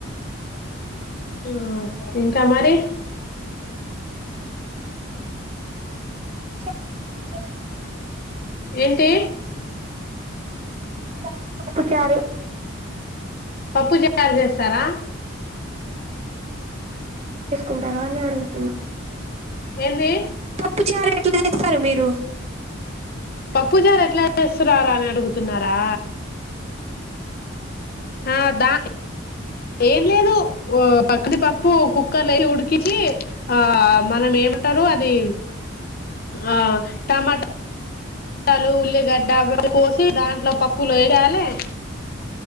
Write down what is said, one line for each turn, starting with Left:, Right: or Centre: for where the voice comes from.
Left: హు ఇంకా మరి
Right: చాలా ఎలా చేస్తారు మీరు
Left: ఏంటి
Right: చారు పప్పు చారు
Left: పప్పు ఛారు చేస్తారా
Right: తీసుకుంటాను అని అడుగుతున్న
Left: ఎంది
Right: పప్పు చారు ఎట్లా చేస్తారు మీరు
Left: పప్పుజారు ఎట్లా చేస్తున్నారు అని అడుగుతున్నారా ఆ దానికి ఏం లేదు పక్కని పప్పు కుక్కర్ అయి ఉడికించి ఆ మనం ఏమంటారు అది ఆ టమాటా లు ఉల్లిగడ్డ కోసి దాంట్లో పప్పులు వేయాలి